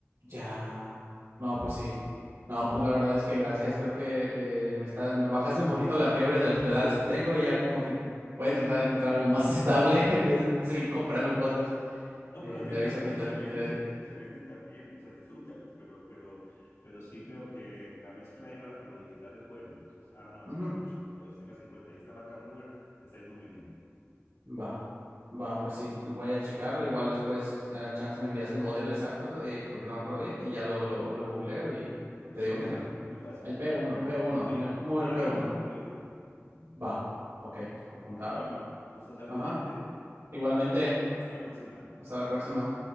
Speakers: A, on the right; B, on the left.
A: Ya. No, pues sí. No, pues la verdad es que gracias. Creo que eh, me estás, me bajaste un poquito la fiebre de los pedales que tengo y ya como que voy a tratar de encontrar algo más <laughs> estable en vez de seguir comprando cosas.
B: No,
A: Eh,
B: pero tienes
A: te aviso
B: razón,
A: qué
B: eso
A: tal.
B: se vende,
A: eh,
B: eso se venden también, o sea, disfrútalos, pero, pero, pero sí creo que la mezcla de ahora con lo digital es buena, entonces han avanzado
A: ujú,
B: mucho, para que los tengas en cuenta. Y esta marca Mover le está yendo muy bien.
A: Va. Va, pues sí, lo voy a checarlo. Igual después, eh, chance me envías el modelo exacto, eh, porque no me acuerdo bien, y ya lo, lo, lo googleo y te
B: P1,
A: digo qué tal.
B: muy fácil,
A: El p
B: pra-
A: uno p uno
B: P,
A: me- mover
B: Prime
A: p uno
B: P1. Ujú.
A: Va, ok, apuntado.
B: Bueno, hermano, me gusta saludarte.
A: Ajá. Igualmente.
B: Hasta la próxima.
A: Hasta la próxima.